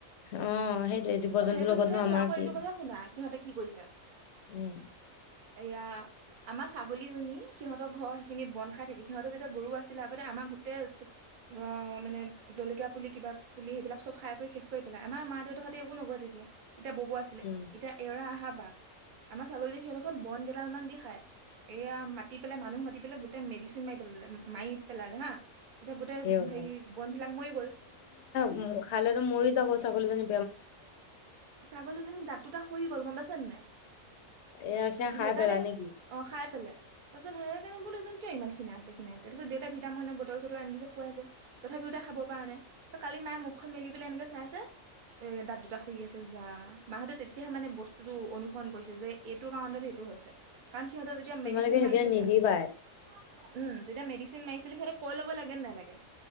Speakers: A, on the left (about 65°); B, on the right (about 45°).
A: অ সেইটোয়ে জীৱ
B: অঁ
A: জন্তুৰ
B: সেইটোতো
A: লগত
B: সেইটো
A: নো আমাৰ
B: আকৌ
A: কি
B: এইটো কথা শুনা সিহঁতে কি কৰিছে
A: উম
B: এয়া আমাৰ ছাগলীজনী সিহঁতৰ ঘৰ সেইখিনি বন খাই থাকে সিহঁতৰ যেতিয়া গৰু আছিলে আগতে আমাক গোটেই মানে জলকীয়া পুলি কিবা পুলি সেইবিলাক চব খাই কৰি শেষ কৰি পেলাই আমাৰা দেউতাহঁতে একো নকয় তেতিয়া তেতিয়া বব আছিলে
A: উম
B: এতিয়া এৰা অহা আমাৰ ছাগলী যে সিহঁৰঘৰত বন গেইডাল মান দি খাই এয়া মাতি পেলাই মানুহ মাতি পেলাই গোটেই মেডিচিন মাৰি পেলালে মাৰি পেলালে হা এতিয়া গোটেই
A: সেই
B: হেৰি বনবিলাক মৰি গল
A: উম খালেতো মৰি যাব ছাগলীজনি
B: ছাগলীজনী দাঁত দুটা শৰি গ'ল গম চেন্নাই
A: এয়া সেয়া খাই
B: সেইকাৰণে
A: পেলা নেকি
B: অঁ খাই পেলাই তাৰ পিছত সেই কাৰণে বোলো যে কিয় ইমান ক্ষিণাইছে আছে ক্ষিণাই আছে এইটো যে আছে দেউতাই ভিটামিননৰ বটল চটল আনিছে খুৱাইছে তথাপিওতে খাব প পৰা নাই চ কালি মায়ে মুখখন মেলি পেলাই এনেকে চাইছে দাত দুটা শুই আছে যা মাহঁতে তেতিয়াহে মানে বস্তুতটো অনুসৰণ কৰিছে যে এইটো কাৰণত সেইটো হৈছে কাৰণ সিহঁতৰ যেতিয়া
A: তোমালোকে
B: মেডিচিন
A: সেইবিলাক
B: মাৰছিলে,
A: নিদিবাই
B: উম যেতিয়া মেডিচিন মাৰিছিলে সিহঁতৰ কৈ ল'ব লাগে নে লাগে